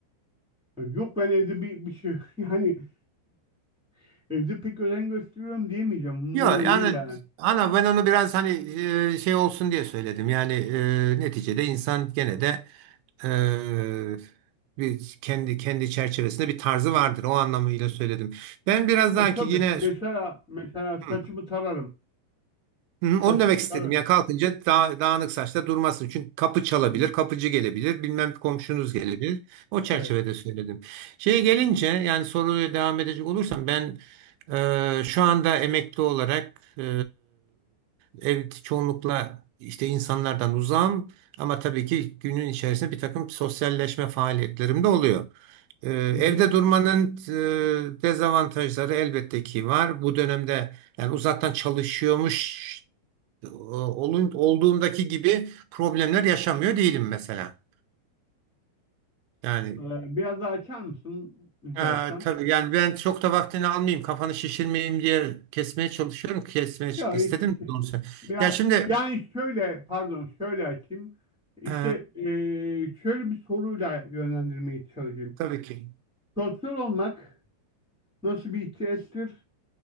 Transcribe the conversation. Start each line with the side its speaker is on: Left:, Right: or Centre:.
Centre: Yani Yok ben evde bir, bir şey <laughs> yani <laughs> evde pek özen gösteriyorum diyemeyeceğim. Umurumda
Right: Yok
Centre: da değil
Right: yani
Centre: yani.
Right: ana ben onu biraz hani e, şey olsun diye söyledim. Yani e, neticede insan gene de e, bir kendi kendi çerçevesinde bir tarzı vardır. O anlamıyla söyledim. Ben biraz
Centre: E,
Right: daha
Centre: tabii
Right: ki yine
Centre: mesela mesela
Right: Hı.
Centre: saçımı tararım.
Right: Hı, onu
Centre: Saçımı
Right: demek istedim.
Centre: tararım.
Right: Ya kalkınca daha, dağınık saçta durmasın. Çünkü kapı çalabilir,
Centre: E,
Right: kapıcı gelebilir, bilmem komşunuz gelebilir. O çerçevede
Centre: evet.
Right: söyledim. Şeye gelince yani soruya devam edecek olursam ben e, şu anda emekli olarak e, ev çoğunlukla işte insanlardan uzağım ama tabii ki günün içerisinde bir takım sosyalleşme faaliyetlerim de oluyor. E, evde
Centre: Hı hı.
Right: durmanın e, dezavantajları elbette ki var. Bu dönemde yani uzaktan çalışıyormuş e, olun, olduğumdaki gibi problemler yaşamıyor değilim mesela. Yani
Centre: E, biraz daha açar mısın rica
Right: e,
Centre: etsem?
Right: tabii yani ben çok da vaktini almayayım, kafanı şişirmeyeyim diye kesmeye çalışıyorum. Kesmeye çık-
Centre: Ya
Right: istedim
Centre: hiç şey.
Right: doğrusu.
Centre: Biraz
Right: Ya şimdi
Centre: yani şöyle pardon şöyle açayım. İşte
Right: e,
Centre: e, şöyle bir soruyla yönlendirmeye çalışayım.
Right: tabii ki.
Centre: Sosyal olmak nasıl bir ihtiyaçtır?